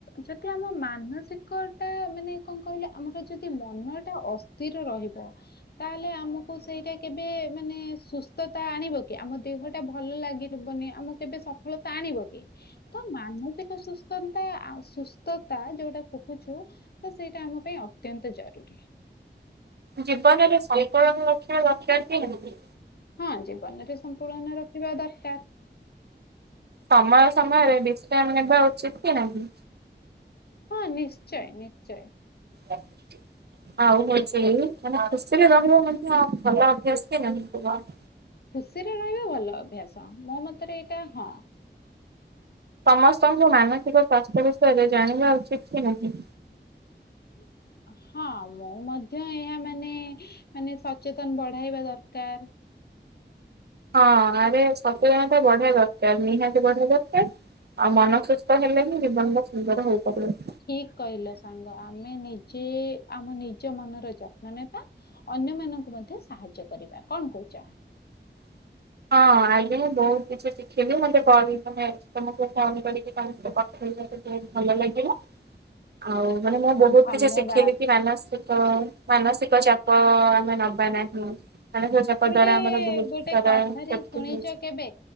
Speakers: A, on the left; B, on the right.
A: ଯଦି ଆମ ମାନସିକଟା ମାନେ କଣ କହିଲେ ଆମର ଯଦି ମନଟା ଅସ୍ଥି ଅସ୍ଥିର ରହିବ ତାହେଲେ ଆମକୁ ସେଇଟା କେବେ ମାନେ ସୁସ୍ଥତା ଆଣିବ କି ଆମ ଦେହ ଦେହଟା ଭଲ ଲାଗି ରିବନି ଆମ କେବେ ସଫଳତା। ଟାଣିବ କି ତ ମାନସିକ ସୁସ୍ଥତା ଆ ସୁସ୍ଥତା ଯୋଉଟା କହୁଛୁ ତ ସେଇଟା ଆମ ପାଇଁ ଅତ୍ୟନ୍ତ ଜରୁରୀ।
B: ଜୀବନରେ ସନ୍ତୁଳନ ଲକ୍ଷଣ ଦରକାର କି ନାହିଁ।
A: ହଁ ଜୀବନରେ ସନ୍ତୁଳନ ରଖିବା ଦରକାର।
B: ସମୟ ସମୟରେ ବିଶ୍ରାମ ନେବା ଉଚିତ କି ନାହିଁ।
A: ହଁ ନିଶ୍ଚୟ ନିଶ୍ଚୟ।
B: ଆ। ଆଉ ହଉଛି ମାନେ ଖୁସିରେ ରହିବା ମଧ୍ୟ ଭଲ ଅଭ୍ୟାସ କି ନାହିଁ।
A: ଖୁସିରେ ରହିବା ଭଲ ଅଭ୍ୟାସ ମୋ ମତରେ ଏଇଟା ହଁ।
B: ସମସ୍ତଙ୍କୁ ମାନସିକ ସ୍ୱାସ୍ଥ୍ୟ ବିଷୟରେ ଜାଣିବା ଉଚିତ କି ନାହିଁ?
A: ହୁଁ ହଁ ମୁଁ ମଧ୍ୟ ଏହା ମାନେ ମାନେ ସଚେତନ ବଢାଇବା ଦରକାର।
B: ହଁ ଆରେ ସଚେତନତା ବଢେଇବା ଦରକାର ନିହାତି ବଢେଇବା ଦରକାର। ଆଉ ମନ ସୁସ୍ଥ ହେଲେ ହିଁ ଜୀବନଟା ସୁନ୍ଦର ହୋଇପାରିବ।
A: ଠିକ୍ କହିଲ ସାଙ୍ଗ ଆମେ ନିଜେ ଆମ ନିଜ ମନର ଯତ୍ନ ନେବା ଅ - ଅନ୍ୟ ମାନଙ୍କୁ ମଧ୍ୟ ସାହାଯ୍ୟ କରିବା କଣ କହୁଛ?
B: <inaudible> ହଁ ଆଜି ମୁଁ ବହୁତ କିଛି ଶିଖିଲି ମତେ କଲ୍ ତମକୁ ଫୋନ କରିକି ତମେ <unintelligible> ଭଲ ଲାଗିଲା। ଆଉ ମାନେ
A: ହଁ,
B: ମୁଁ ବହୁତ
A: ଧନ୍ୟବାଦ
B: କିଛି ଶିଖିଲି କି ମାନସିକ ମାନସିକ ଚାପ ଆମେ ନବା ନାହିଁ ମାନସିକ ଚାପ
A: ଗୋଟେ
B: ଦ୍ଵାରା ଆମର ବହୁତ
A: ଗୋଟେ
B: ସାରା
A: କଥାରେ
B: କ୍ଷତି
A: ଶୁଣିଛ
B: ହଉଛି।
A: କେବେ